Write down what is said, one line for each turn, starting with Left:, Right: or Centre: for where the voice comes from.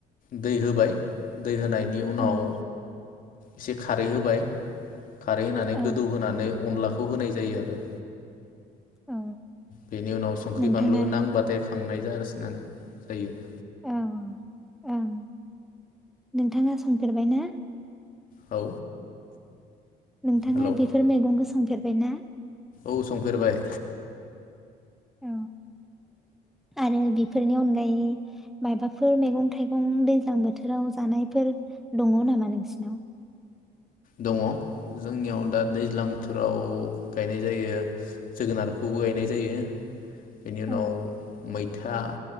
Left: दै होबाय दै होन होनायनि उनाव
Centre: ओं
Left: एसे खारै होबाय। खारै होनानै
Centre: ओं
Left: गोदौ होनानै अनलाख खौ होनाय जायो आरो।
Centre: औ
Left: बेनि उनाव संख्रि
Centre: नोंथाङा
Left: बानलु नांबाथाय खांनाय जागासिनानै जायो।
Centre: ओं ओं नोंथाङा संफेरबाय ना?
Left: औ
Centre: नोंथाङा
Left: हेलौ
Centre: बेफोर मैगंखो। संफेरबाय ना?
Left: औ संफेरबाय।
Centre: अ, आरो बेफोरनि अनगायै माबाफोर मैगं-थाइगं दैज्लां बोथोराव जानायफोर दङ नामा नोंसिनाव?
Left: दङ जोंनियाव दा दैज्लां बोथोराव गायनाय जायो। जोगोनारखौबो गायनाय जायो। बेनि उनाव
Centre: औ
Left: मैथा